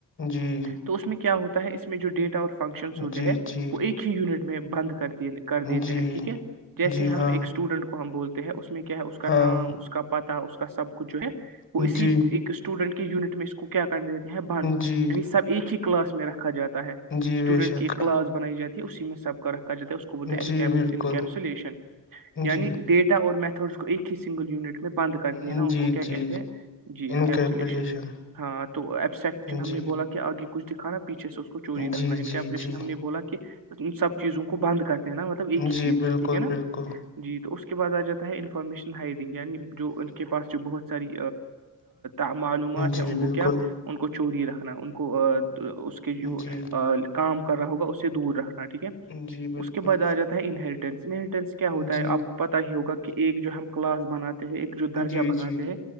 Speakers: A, on the left (about 30°); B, on the right (about 65°).
A: جی
B: تو اس میں کیا ہوتا ہے اس میں جو ڈیٹ اور فنکشنس ہوتے
A: جی
B: ہیں
A: جی
B: وہ ایک ہی یونٹ میں بند کر د کر دیتے
A: جی
B: ہیں ٹھیک ہے جیسے
A: جی
B: ہم
A: ہاں
B: ایک اسٹوڈنٹ کو ہم بولتے ہے اس میں ہے اس کا
A: ہاں
B: نام اس کا پت نہ اس کو کسب جو ہے وہ اسی
A: جی
B: ایک اسٹوڈنٹ کے یونٹ میں اس کو کیا دیتے ہیں بند
A: جی
B: یعنی سب ایک ہی کلاس میرا کھا جاتا ہے اسٹوڈنٹ
A: جی بے شک
B: کی ایک کلاس بنائی جاتی اسی میں سب کر جات ہے اس کو بولتا ہیں
A: جی بالکل
B: انکپسولیشن یعنی
A: جی
B: ڈیٹا اور میتھ اس کو ایک ہی سگل یونٹ میں بات
A: جی
B: دیا نا ان کو کیا
A: جی
B: کہتے ہیں جی انکپسلیشن
A: انکیپولیشن
B: ہاں تو ایبسیکشن ہم
A: جی
B: نے بولا کہ آگے کچ دکھانا پیھے سے اس کو چوری رکھنا
A: جی
B: ان کا
A: جی
B: ایپلیشن
A: جی
B: ہم نے بولا کہ سب چیزوں کو بند کر د نا مطلب ایک
A: جی
B: ہی چیز
A: بالکل
B: میں ٹھیک ہے نا
A: بالکل
B: جی تو اس کے کےعد آ جاتا ہے انفارمیشن ہائڈنگ یعنی جو کے پاس جو بہت ساری آ معلومات
A: جی
B: ہے ان کو
A: بالکل
B: کیا ان کو چوری رکھنا ان کو اس کے جو
A: جی
B: کام کر رہا ہوگا اس سے دور ہے ٹھیک ہے
A: جی بالکل
B: اس کے بع آ جاتا ہے انہریٹینس انہریٹینس کیا ہوتا
A: جی
B: ہے آپ کو پتا ہی ہوگا کہ کہ ایک جو ہم کلاس بناتے ہیں ایک جو درجہ
A: جی
B: بناتے
A: جی
B: ہیں